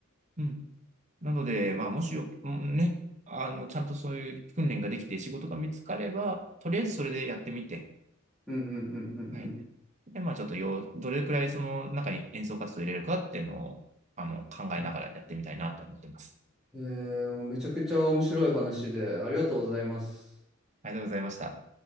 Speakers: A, on the right; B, in the centre.
A: うん。なので、まあ、もしよ、うんね、あの、ちゃんとそういう訓練ができて仕事が見つかれば、とりあえずそれでやってみて、
B: うん、うん、うん、
A: はい。
B: うん、
A: で、まあ、ちょっとよ、どれくらいその中に演奏活動を入れるかっていうのを、あの、考えながらやってみたいなって思ってます。
B: うん。えー、もうめちゃくちゃ面白い話で、ありがとうございます。
A: ありがとうございました。